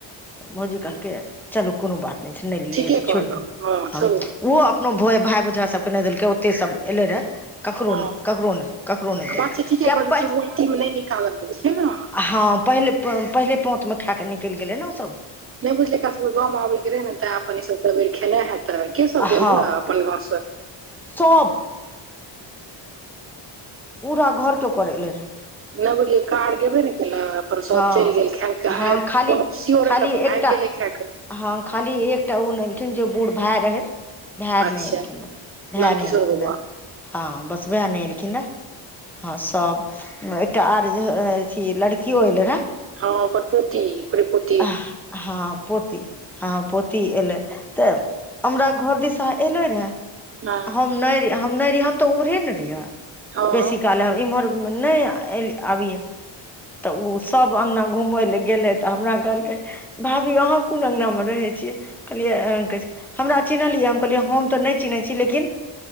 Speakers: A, in the centre; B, on the right (about 30°).
A: भौजी कहलकै चलू कोनो बात नैय दक्षिणे नहि लेलियै
B: ठीके
A: तऽ
B: कहलहु
A: छोड़ि दिय
B: हँ छोड़ू
A: हम ऊ कोनो भ भाय भौजाय सभके नहि देलकै ओते सभ एलै रहे ककरो
B: हँ
A: नहि ककरो नहि ककरो नहि देलकै
B: बात छै ठीके
A: क
B: कहलिन शुरुआती मे नहि निकालल गेल छै ने
A: हँ पहिले पहिले पांत मे खा कऽ निकलि गेलै ने ऊसभ
B: नहि बुझलै एकरा सब के गाम आबे के रहे ने तऽ अपन ई सब सबेर खेनाइ हेतै के सब गेल
A: हँ
B: ह अपन घर से
A: सभ पूरा घर के कोरय ल रहैय
B: नहि बुझलै कार गेबे ने केलैऽ अपन सब
A: हँ
B: चलि गेल खा क
A: हँ
B: आबि
A: खाली
B: वपसीऽ
A: खाली
B: रहे त अपन
A: एकटा
B: आबि गेलै खा कऽ
A: हँ खाली एकटा ऊ नै एलखिन जे बूढ़ भाय रहे भाय
B: अच्छा
A: नहि एलखिन रहऽ भाय
B: नन्दकिशोर
A: नहि एलखिन
B: बौआ
A: रहऽ हँ बस ओएह नहि एलखिन रहऽ हँ सब एकटा आर जे अथी लड़कियो अएलै रहए
B: हँ ओकर पोति ओकरे पोति
A: हँ पोती हँ पोती एलै तऽ हमरा घर दिश एलै रहए
B: हँ
A: हम नहि नहि रहि हम तऽ उम्हरे ने रहियै
B: हँ
A: बेसी
B: हँ
A: काल हम इमहर नै आबिय तऽ ओ सब अगना घुम ले गेले त हमरा कहलकै भाभी अहाँ कोन अङ्गनामे रहै छियै कहलियै <inaudible> हमरा चिन्हलियै हम कहलियै हम तऽ नय चिन्है छी लेकिन